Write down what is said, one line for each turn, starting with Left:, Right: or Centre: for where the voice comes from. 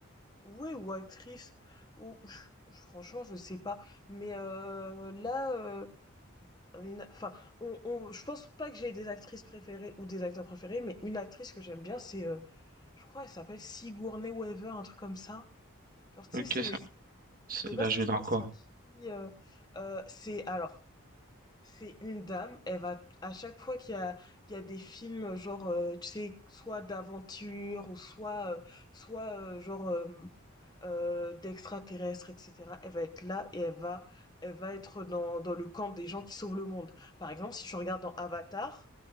Left: ouais ou actrices ou je- franchement je sais pas. Mais, heu, là, heu, une enfin on on je pense pas que j'ai des actrices préférées ou des acteurs préférés, mais une actrice que j'aime bien c'est, heu, je crois elle s'appelle Sigourney Weaver, un truc comme ça. Genre tu
Right: Ok,
Left: sais c'est
Right: ça,
Left: je
Right: ça-
Left: sais
Right: il
Left: pas
Right: a
Left: si
Right: joué
Left: tu
Right: dans
Left: vois
Right: quoi?
Left: c'est qui, heu? Heu, c'est alors C'est une dame, elle va à chaque fois qu'il y a il y a des films genre euh, tu sais soit d'aventure ou soit euh, soit euh, genre euh, euh, d'extraterrestres etc. Elle va être là et elle va elle va être dans dans le camp des gens qui sauvent le monde. Par exemple, si tu regardes dans Avatar,